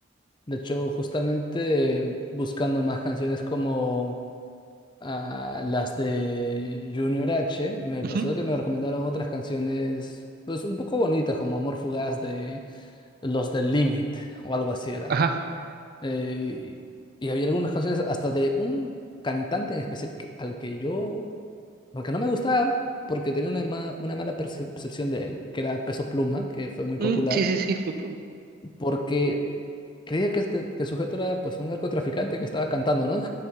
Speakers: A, on the left; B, on the right.
A: De hecho, justamente eh, buscando más canciones como... a las de Junior H, me
B: Ujú,
A: pasó que me recomendaron otras canciones, pues un poco bonitas, como Amor Fugaz de los del Limit o algo así era.
B: Ajá.
A: Eh, y había algunas canciones hasta de un cantante en especial que- al que yo, al que no me gustaba, porque tenía una, ma- una mala percepción de él, que era Peso Pluma, que fue muy
B: Mm,
A: popular,
B: sí, sí, sí, fue-
A: porque creía que el, te- que el sujeto era pues un narcotraficante que estaba cantando, no